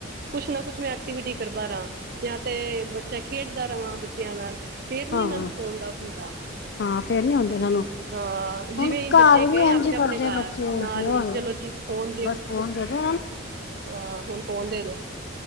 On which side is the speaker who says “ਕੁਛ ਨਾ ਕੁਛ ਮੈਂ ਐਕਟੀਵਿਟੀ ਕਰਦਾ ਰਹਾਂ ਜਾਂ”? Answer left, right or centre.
Right